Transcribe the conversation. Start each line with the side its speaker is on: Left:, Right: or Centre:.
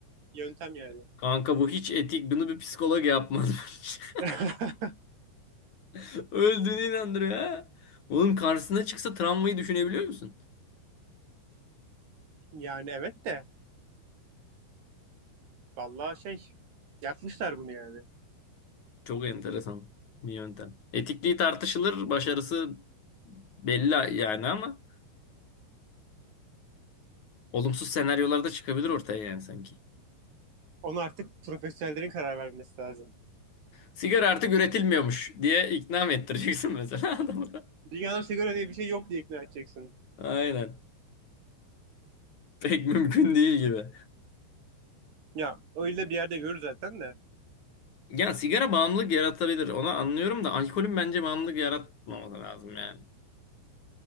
Right: yöntem yani.
Left: Kanka bu hiç etik. Bunu bir psikolog yapmaz bence.
Right: <laughs>
Left: <laughs> Öldüğünü inandırıyor ha. Oğlum karşısına çıksa travmayı düşünebiliyor musun?
Right: Yani evet de vallahi şey yapmışlar bunu yani.
Left: Çok enteresan bir yöntem. Etikliği tartışılır, başarısı belli yani ama olumsuz senaryolar da çıkabilir ortaya yani sanki.
Right: Onu artık profesyonellerin karar vermesi lazım.
Left: Sigara artık üretilmiyormuş diye ikna mı ettireceksin mesela <laughs> adamı da?
Right: Dünyada sigara diye bir şey yok diye ikna edeceksin.
Left: Aynen. Pek mümkün değil gibi.
Right: Ya öyle bir yerde görür zaten de.
Left: Yani sigara bağımlılık yaratabilir. Onu anlıyorum da alkolün bence bağımlılık yaratmaması lazım yani.